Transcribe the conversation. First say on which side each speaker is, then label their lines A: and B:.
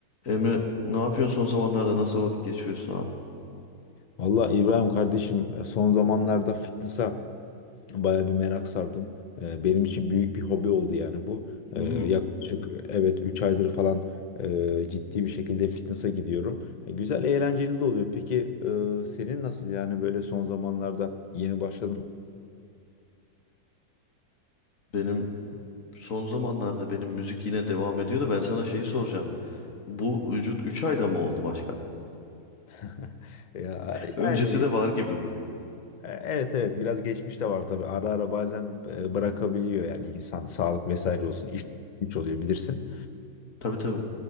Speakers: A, on the left; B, on the left.
A: Emre ne yapıyorsun son zamanlarda nasıl vakit geçiriyorsun abi?
B: Valla İbrahim kardeşim e, son zamanlarda fitness'a baya bir merak sardım. Ee, Benim için büyük bir hobi oldu yani bu.
A: Hmm,
B: Ee, Yaklaşık evet 3 aydır falan e, ciddi bir şekilde fitness'a gidiyorum. E, Güzel eğlenceli de oluyor. Peki e, senin nasıl yani böyle son zamanlarda yeni başladın?
A: benim son zamanlarda benim müzik yine devam ediyor da ben sana şeyi soracağım. Bu vücut 3 ayda mı oldu başka?
B: <laughs> Ya,
A: Öncesi
B: yani
A: de var gibi bunun.
B: e, evet evet biraz geçmiş de var tabii. Ara ara bazen e, bırakabiliyor yani insan sağlık vesaire olsun. İş güç oluyor bilirsin.
A: Tabii tabii.